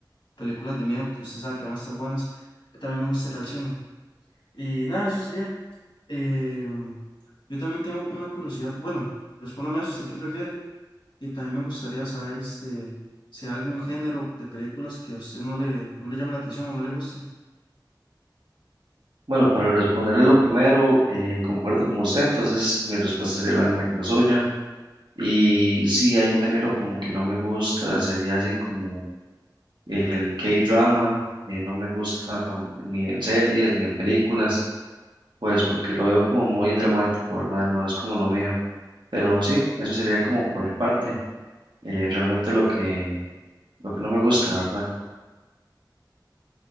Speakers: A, on the left; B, on the right.
A: películas de miedo que usted sabe que van a estar buenas, también me gusta ir al cine. Y nada, eso sería. Em, yo también tengo una curiosidad, bueno, respóndame eso, ¿usted qué prefiere? Y también me gustaría saber este, si hay algún género de películas que a usted no le, no le llame la atención o no le guste.
B: Bueno, para responderle lo primero, eh, concuerdo con usted, entonces mi respuesta sería la misma que la suya. Y sí, hay un género como que no me gusta, sería así como el K-drama, eh, no me gusta ni en series ni en películas, pues porque lo veo como muy dramático, ¿verdad? No es como lo mío. Pero sí, eso sería como por mi parte, eh, realmente lo que, lo que no me gusta, ¿verdad?